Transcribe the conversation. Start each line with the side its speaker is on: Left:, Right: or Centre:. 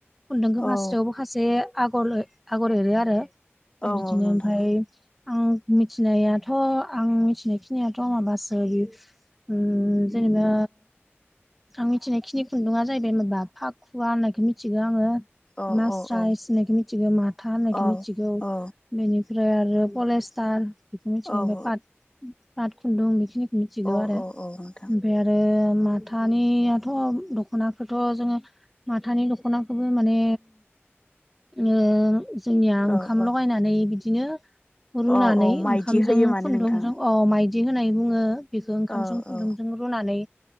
Centre: खुन्दुंखौ फास्रयावबो
Left: औ
Centre: माखासे आगर आगर एरो आरो
Left: औ
Centre: बिदिनो
Left: औ नोंथां
Centre: ओमफाय आं मिथिनायाथ' आं मि मिथिनायाथ' माबासो बि उ जेनेबा आं मिथिनाय खिनि खुन्दुा जाहैबाय माबा पाखुवा होननायखौ मिथिगौ आङो
Left: औ
Centre: मास्रायस
Left: औ औ
Centre: होननायखौ मिथिगौ माथा होननायखौ
Left: औ
Centre: मिथिगौ
Left: औ
Centre: बेनिफ्राय आरो पलेस्टार बेखौ मिथिगौ
Left: अ
Centre: ओमफाय पाट पाट खुन्दुं बेखिनिखौ मिथिगौ
Left: औ
Centre: आरो
Left: औ नोंथां औ
Centre: ओमफाय आरो मा थानियाथ' दख'नाखोथ' जोङो माथानि दखनाखौबो माने ओ जोंनिया ओंखाम
Left: औ औ
Centre: लगायनानै बिदिनो रुनानै
Left: औ औ माइदि
Centre: ओंखामजों
Left: होयो माने
Centre: खुन्दुंजों
Left: नोंथां
Centre: अ मायदि होनाय बुङो बेखौ ओंखामजों
Left: औ
Centre: खुन्दुंजों
Left: औ
Centre: रुनानै